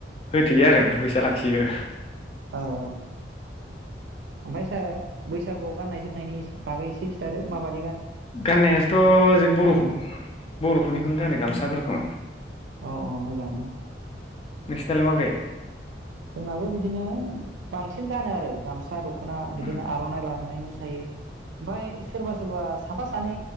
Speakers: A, on the left; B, on the right.
A: होथेयो आरो ओमफ्राय फैसा लाख खियो।
B: औ औ ओमफ्राय सार बैसागुआव गाननाय जोमनायनि इसे बागै एसे खिथादो माबाद
A: गाननायासथ जों बरफ
B: नामा
A: बरफोरनिखौनो गानो गामसाफोरखौ <inaudible>
B: अ अ मोजाङानो
A: नोंसनाल माब्रै?
B: जोंनाबो बिदिनो बांसिन गानो आरो गामसा दख दखना
A: उम
B: बिदिनो आर'नाइ लानानै मो थायो ओमफाय सोरबा सोरबा साफा सानै